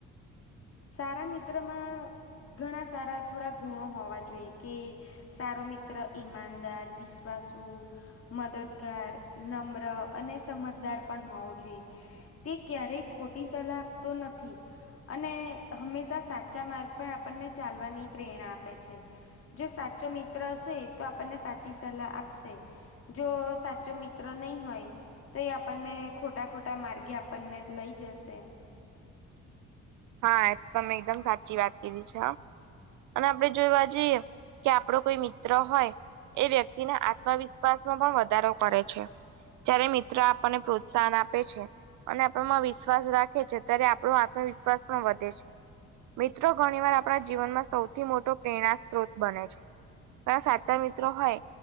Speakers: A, on the left; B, on the right.
A: સારા મિત્ર માં ઘણા સારા થોડા ગુણો હોવા. જો કે સારો મિત્ર ઈમાનદાર વિશ્વાસુ. મદદગાર નમ્ર અને સમજદાર પણ હોવો જોઈએ. તે ક્યારેય ખોટી સલાહ આપતો નથી અને. હંમેશા સાચા માર્ગ પણ આપણને ચાલવાની પ્રેરણા આપે છે. જો સાચો મિત્ર હશે તો આપણને સાચી સલાહ આપશે. જો સાચો મિત્ર નહી હોય. તો એ આપણને ખોટા ખોટા માર્ગે આપણને લઈ જશે.
B: હા એ તો તમે એકદમ સાચી વાત કિધી છે. હો અને આપડે જોયવા જઈએ કે આપડો કોઈ મિત્ર હોય. એ વ્યક્તિના આત્મવિશ્વાસમાં પણ વધારો કરે છે જ્યારે. મિત્ર આપણને પ્રોત્સાહન આપે છે અને આપણમાં વિશ્વાસ રાખે છે ત્યારે આપણો આત્મવિશ્વાસ. વધે છે મિત્રો ઘણી વાર આપણા જીવનમાં સૌથી મોટો પ્રેરણા સ્ત્રોત બને છે. સાચા મિત્રો હોય